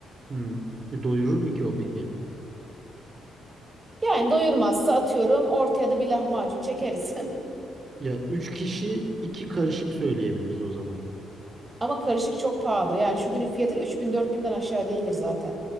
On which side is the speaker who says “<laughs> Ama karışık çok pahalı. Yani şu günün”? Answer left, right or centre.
Right